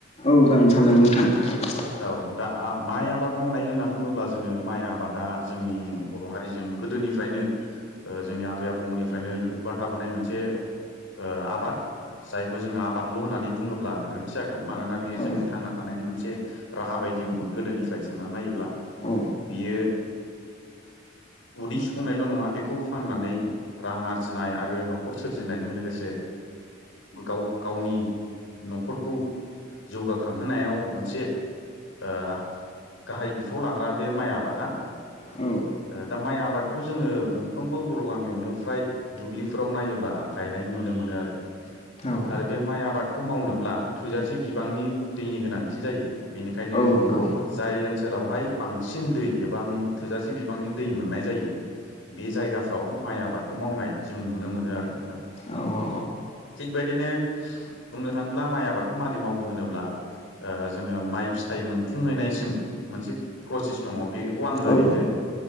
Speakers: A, on the left (about 35°); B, on the left (about 85°).
A: औ जागोन सावजागोन नोंथां ।
B: औ दा माइ आबाद मावनाय होनना बुङोब्ला जोङो माइ आबादा जोंनि बर' हारिजों गोदोनिफ्रायनो जोंनि आबै आबौमोननिफ्रायनो लोब्बा थाबोनाय मोनसे ओ आबाद जायखौ जोङो आबादल' होननानै बुङोब्ला गोरोन्थि जागोन मानोना बियो जोंनि
A: औ
B: थांना थानाय मोनसे राहा बायदिमोन गोदोनिफ्राय साननानै नायोब्ला
A: औ
B: बियो उदै सुफुंनायल' नङा बेखौ फाननानै रां आरजिनाय आरो न'खर सोरजिनायजों लोगोसे गाव गावनि न'खरखौ जौगाखांहोनायाव मोनसे ओ गाहाय बिफाव लाग्रा बे माइ आबादा
A: औ
B: दा माइ आबादखौ जोङो मोनफ्रोमबो बर' गामियावनो फ्राय दुब्लिफोराव नायोब्ला गायनाय नुनो मोनो आरो
A: औ
B: आरो बे माइ आबादखौ मावनोब्ला थोजासे बिबांनि दैनि गोनांथि जायो । बेनिखायनो
A: औ नंगौ
B: जाय ओनसोल ओनसोलावहाय बांसिन दै एबा थोजासे बिबांनि दै मोननाय जायो बे जायगाफ्राव माइ आबादखौ मावनाय जों नुनो मोनो आरो नोंथां ।
A: औ औ
B: थिगबायदिनो बुंनो थाङोब्ला माइ आबादखौ माबै मावो होनोब्ला जोङो माइ फिथाइ मोनफुंहैनायसिम मोनसे प्रसेस दङ' बे खौ आङो ओरैनो
A: औ